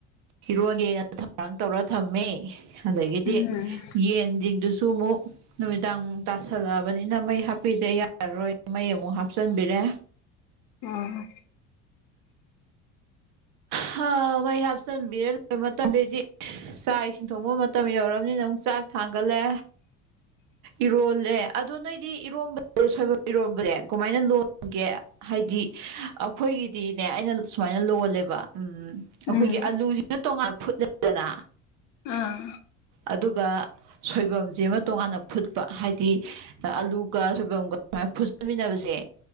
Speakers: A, on the right (about 65°); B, on the left (about 70°).
A: ꯏꯔꯣꯟꯒꯦꯅ ꯊꯧꯔꯥꯡ ꯇꯧꯔ ꯊꯝꯃꯦ ꯑꯗꯒꯤꯗꯤ
B: ꯎꯝ
A: ꯌꯦꯟꯁꯤꯡꯗꯨꯁꯨ ꯑꯃꯨꯛ ꯅꯨꯃꯤꯗꯥꯡ ꯇꯥꯁꯜꯂꯛꯑꯕꯅꯤꯅ ꯃꯩ ꯍꯥꯞ ꯍꯥꯞꯄꯤꯗ ꯌꯥꯔꯔꯣꯏꯅ ꯃꯩ ꯑꯃꯨꯛ ꯍꯥꯞꯆꯤꯟꯕꯤꯔꯦ
B: ꯑꯣ
A: ꯍꯥ ꯃꯩ ꯍꯥꯞꯆꯤꯟꯕꯤꯔꯦ ꯂꯣꯏꯕ ꯃꯇꯝꯗꯗꯤ ꯆꯥꯛ ꯏꯁꯤꯡ ꯊꯣꯡꯕ ꯃꯇꯝ ꯌꯧꯔꯕꯅꯤꯅ ꯑꯃꯨꯛ ꯆꯥꯛ ꯊꯥꯡꯒꯠꯂꯦ ꯏꯔꯣꯜꯂꯦ ꯑꯗꯣ ꯅꯣꯏꯗꯤ ꯏꯔꯣꯝꯕ ꯁꯣꯏꯕꯨꯝ ꯏꯔꯣꯝꯕꯁꯦ ꯀꯃꯥꯏꯅ ꯂꯣꯟꯒꯦ ꯍꯥꯏꯗꯤ ꯑꯩꯈꯣꯏꯒꯤꯗꯤꯅꯦ ꯑꯩꯅ ꯁꯨꯃꯥꯏꯅ ꯂꯣꯜꯂꯦꯕ ꯑꯩꯈꯣꯏꯒꯤ
B: ꯎꯝ
A: ꯑꯂꯨ ꯖꯤꯅ ꯇꯣꯉꯥꯟ ꯐꯨꯠꯂꯦꯗꯅ
B: ꯑꯥ
A: ꯑꯗꯨꯒ ꯁꯣꯏꯕꯨꯝꯁꯤꯃ ꯇꯣꯉꯥꯟꯅ ꯐꯨꯠꯄ ꯍꯥꯏꯗꯤ ꯑꯂꯨꯒ ꯁꯣꯏꯕꯨꯝꯒ ꯁꯨꯃꯥꯏꯅ ꯐꯨꯠꯆꯤꯟꯃꯤꯟꯅꯕꯁꯦ